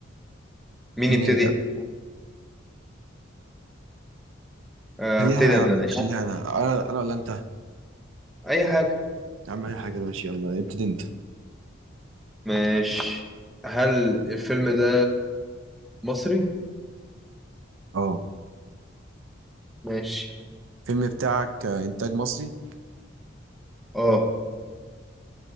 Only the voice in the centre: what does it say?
مين
يبتدي
آه،
هبتدي
انا
ماشي
اي حاجة
ماشي هل الفيلم ده مصري
ماشي
اه